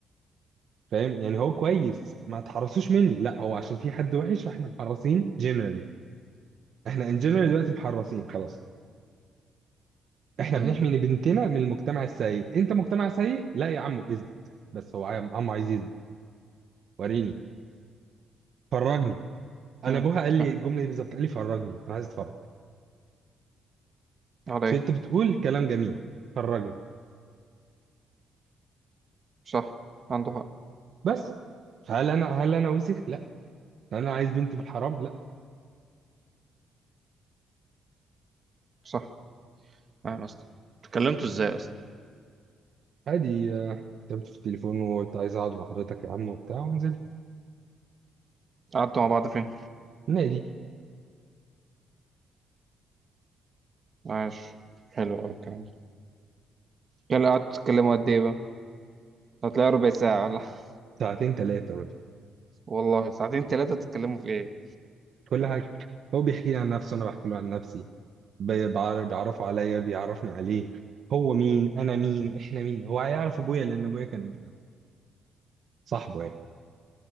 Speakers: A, on the right (about 60°); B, on the right (about 40°).
A: فاهم يعني هو كويس ما تحرصوش مني لا هو عشان في حد وحش فاحنا محرصين جنرالي احنا ان جنرال دلوقتي محرصين خلاص احنا
B: امم
A: بنحمي بنتنا من المجتمع السيء انت مجتمع سيء لا يا عمو اثبت بس هو عم عم عايز يثبت وريني فرجني انا
B: امم
A: ابوها قال لي
B: فاهم
A: الجمله دي بالظبط قال لي فرجني انا عايز اتفرج
B: عليه
A: مش انت بتقول كلام جميل خرجني
B: صح عنده حق
A: بس هل انا هل انا وسخ لا انا عايز بنت في الحرام لا
B: صح فاهم اصلا اتكلمتوا ازاي اصلا
A: عادي آه، كتبت في التليفون وقلت عايز اقعد مع حضرتك يا عم وبتاع ونزلت
B: قعدتوا مع بعض فين
A: النادي
B: عاش حلو قوي الكلام ده. يلا قعدتوا تتكلموا قد ايه بقى هتلاقي ربع ساعه ولا <laughs>
A: ساعتين ثلاثه
B: والله ساعتين ثلاثه تتكلموا في ايه
A: كل حاجه هو بيحكي لي عن نفسه انا بحكي له عن نفسي بي- بعر- بيعرفه عليا بيعرفني عليه هو مين انا مين احنا مين هو هيعرف ابويا لان ابويا كان صاحبه يعني